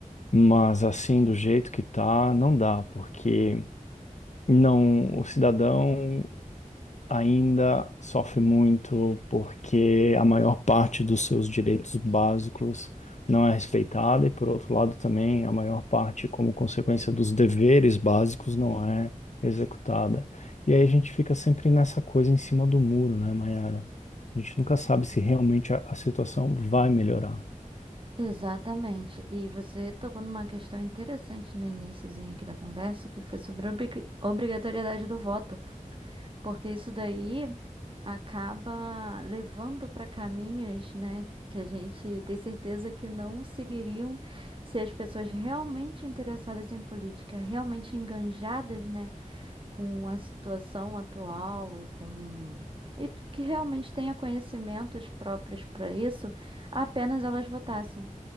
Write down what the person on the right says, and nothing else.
Exatamente. E você tocou numa questão interessante no iniciozinho aqui da conversa, que foi sobre a obri- obrigatoriedade do voto, porque isso daí acaba levando para caminhos, né, que a gente tem certeza que não seguiriam se as pessoas realmente interessadas em política, realmente enganjadas, né, com a situação atual e com e que realmente tenha conhecimentos próprios para isso, apenas elas votassem.